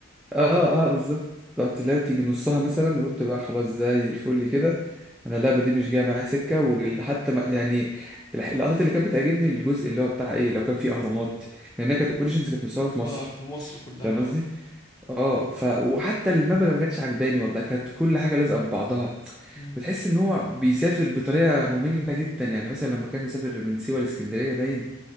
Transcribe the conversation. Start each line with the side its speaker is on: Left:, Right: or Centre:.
Centre: اه اه بالظبط رحت لعبت يجي نصها مثلا وقلت بقى خلاص زي الفل كده انا اللعبه دي مش جايه معايا سكه وحتى ما يعني الح- اللقطات اللي كانت بتعجبني الجزء اللي هو بتاع ايه لو كان فيه اهرامات لانها كانت اوريجينز كانت مصوره في مصر
Left: اه في مصر كلها
Centre: فاهم
Left: اه
Centre: قصدي اه ف وحتى المبنى ما كانتش عجباني والله كانت كل حاجه لازقه في بعضها
Left: مم.
Centre: بتحس ان هو بيسافر بطريقه ممله جدا يعني مثلا لما كان مسافر من سيوه لاسكندريه باين